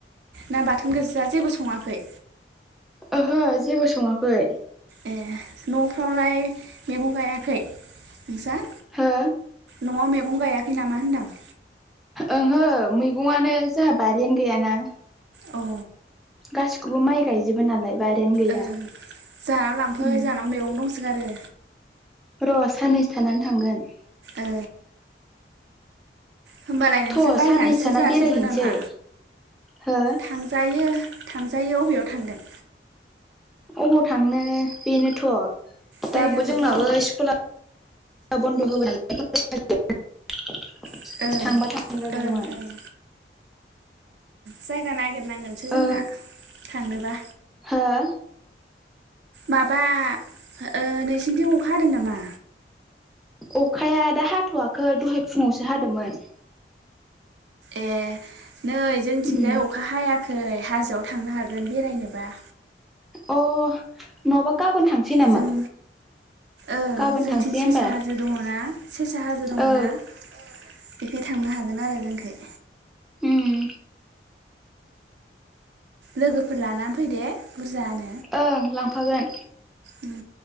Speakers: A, on the right; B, in the centre.
A: ना बाथोन गोजा जेबो सङाखै?
B: ओहो जेबो सङाखै।
A: ए न'फ्रावलाय मैगं गायाखै नोंसा
B: हो?
A: न'आव मैगं गायाखै नामा होनदां?
B: ओहो मैगंआनो जोंहा बारियानो गैयाना।
A: औ
B: गासिखौबो माइ गायजोबो नालाय बारियानो गैया
A: ओ जोहानाव लांफै
B: उम
A: जोहानाव मैगं दंसोगारो।
B: र' साननैसो थानानै थांगोन।
A: ओ होमबालाय नोंसोर
B: थ'
A: बायनानैसो
B: साननैसो थाना
A: जाजोबो
B: बेरायहैनोसै
A: नामा
B: हो
A: थांजायो। थांजायो अबेयाव थांगोन?
B: अबाव थांनो बेनोथ' दाबो
A: जायगाखौथ'
B: जोंनाबो स्कुला बन्द <unintelligible>
A: ओं
B: थांबा थांजागौमोन।
A: ओं ओं जायगा नागिरनांगोनसो जोंना
B: ओ
A: थाङोबा।
B: हो
A: माबा ओ नोंसिनिथिं अखा हादों नामा?
B: अखाया दा हाथ'याखै दहाय फुङावसो हादोंमोन।
A: ए नै जोंथिंजाय
B: उम
A: अखा हाया खै हाजोआव थांनो हागोन बेरायनोबा।
B: अ नङाबा गाबोन थांसै नामा?
A: जों ओं
B: गाबोन
A: जोंथिं
B: थांसै
A: सेसा
B: होमबा
A: हाजो दङ ना सेसा हाजो दङ
B: ओ
A: ना बेखाय थांनो हागोन आरो जोंखाय।
B: उम
A: लोगोफोर लानानै फै दे बुरजानो।
B: ओं लांफागोन।
A: उम